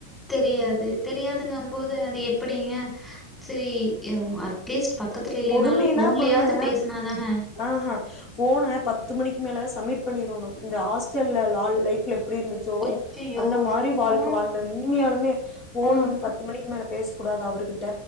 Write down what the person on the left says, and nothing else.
கொடுமைன்னா
கொடும அ
ஆ ஃபோன பத்து மணிக்கு மேலே சம்மிட் பண்ணிரோணு இந்த ஹாஸ்டல்ல லால் லைஃப்ல அப்டி இருந்துச்சோ
அந்த மாரி வாழ்க்க
வாழ்ந்த உண்மியாலுமே ஃபோன
வந்து பத்து மணிக்கு மேல பேச கூடாது அவருகிட்ட